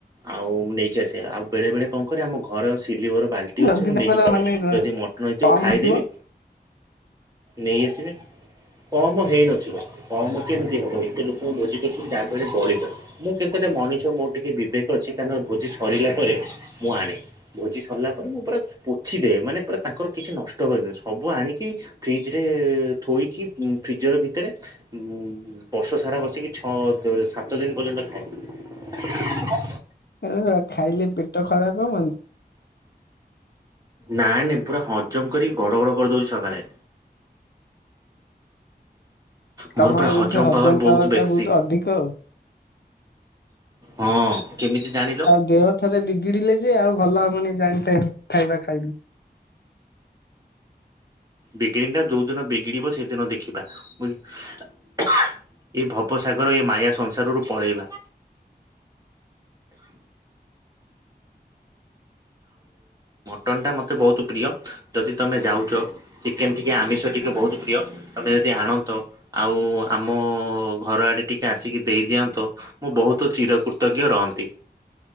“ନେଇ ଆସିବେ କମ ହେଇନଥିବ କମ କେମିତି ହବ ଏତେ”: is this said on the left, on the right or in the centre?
Right